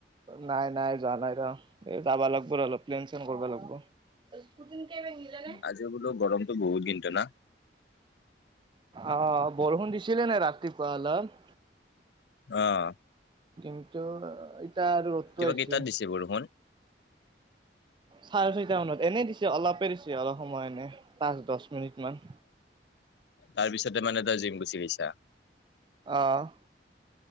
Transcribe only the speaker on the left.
আজি বোলো গৰমটো বহুত দিনটোো ন
অহ
কেইটাত দিছে বৰষুণ
তাৰ পিছতে মানে তই জিম গুচি গৈছা?